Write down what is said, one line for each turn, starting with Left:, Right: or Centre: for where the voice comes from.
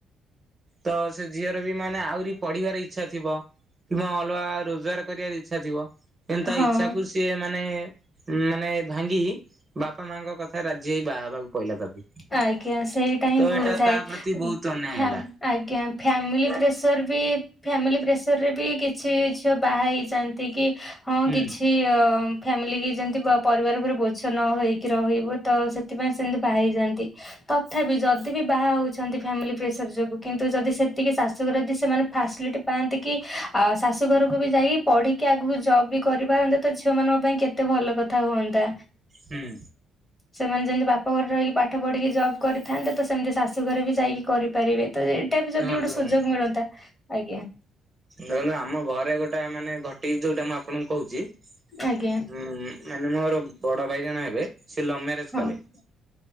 Right: ତ ସେ ଝିଅର ବି ମାନେ ଆହୁରି ପଢିବାର ଇଚ୍ଛା ଥିବ। ତେଣୁ ଅଲଗା ରୋଜଗାର କରିବାର ଇଚ୍ଛା ଥିବ। କିନ୍ତୁ ତା
Left: ହଁ
Right: ଇଚ୍ଛା କୁ ସିଏ ମାନେ ମାନେ ଭାଙ୍ଗି ବାପା ମାଙ୍କ କଥା। ରାଜି ହେଇ ବାହା ହେବାକୁ କହିଲା ତାକୁ ତ
Left: ଆଜ୍ଞା ସେଇଟା ହିଁ ଭୁଲ
Right: ଏଇଟା
Left: ଥାଏ।
Right: ତା ପ୍ରତି ବହୁତୁ ଅନ୍ୟାୟ
Left: ଫ୍ୟା
Right: ହେଲା।
Left: ଆଜ୍ଞା ଫ୍ୟାମିଲି ପ୍ରେସର ବି ଫ୍ୟାମିଲି ପ୍ରେସରରେ ବି କିଛି କିଛି। ବାହା ହେଇ ଯାନ୍ତି କି ହଁ
Right: ହୁଁ
Left: କିଛି ଅ ଫ୍ୟାମିଲି କି ଯେମିତି କି। ପରିବାର ଉପରେ ବୋଝ ନ ହେଇକି ରହିବୁ ତ ସେଥିପାଇଁ ସେମିତି ବାହା ହେଇଯାଆନ୍ତି। ତଥାପି ଯଦି ବି ବାହା ହଉଛନ୍ତି। ଫ୍ୟାମିଲି ପ୍ରେସର ଯୋଗୁ କିନ୍ତୁ ଯଦି ସେତିକି ଶାଶୁଘରେ ଯଦି ସେମାନେ ଫାସେଲିଟି ପାଆନ୍ତି କି ଆ ଶାଶୁ ଘରକୁ ବି ଯାଇ ପଢିକି ଆଗକୁ ଜବ୍ ବି କରିବା ପାରନ୍ତେ ଝିଅ ମାନଙ୍କ ପାଇଁ କେତେ କେତେ ଭଲ କଥା ହୁଅନ୍ତା
Right: ହୁଁ।
Left: ସେମାନେ ଯେମିତି ବାପ ଘରେ ରହିକି ପାଠ ପଢ଼ିକି ଜବ୍ କରିଥାନ୍ତେ। ତ ସେମିତି ଶାଶୁ ଘରେ ବି ଯାଇକି କରିପାରିବେ। ତ ଏଇଟା ବି ଯଦି
Right: ଶୁଣନ୍ତୁ
Left: ଗୋଟେ ସୁଯୋଗ
Right: ହୁଁ
Left: ମିଳନ୍ତା ଆଜ୍ଞା।
Right: ଦେଖନ୍ତୁ ଆମ ଘରେ ଗୋଟେ ମାନେ ଘଟିଛି ଯୋଉଟା ମୁଁ ଆପଣଙ୍କୁ କହୁଛି। ହୁଁ,
Left: ଆଜ୍ଞା
Right: ହୁଁ ମାନେ ମୋର ବଡ ଭାଇ ଜଣ ହେବେ ସେ ଲଭ ମ୍ୟାରେଜେ
Left: ହଁ
Right: କଲେ